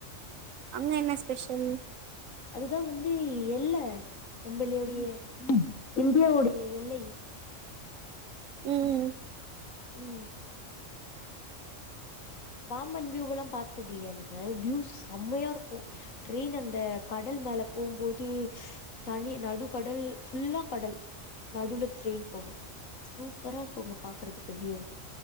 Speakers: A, on the right; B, on the left.
A: அங்க என்ன ஸ்பெஷல்
B: அதுதா வந்து எல்ல நம்பளுடைய இந்தியாவுடைய எல்லை
A: ம்
B: ம் பாம்பன் வியூவல்லா பாத்தது இல்லயா நீங்க வியூ செம்மையாருக்கு டிரெயின் அந்த கடல் மேல போம்போது தனி நடு கடல் ஃபுல்லா கடல் நடுவ்ல டிரெயின் போகு சூப்பரா இருக்கு பாக்கறதுக்கு வியூ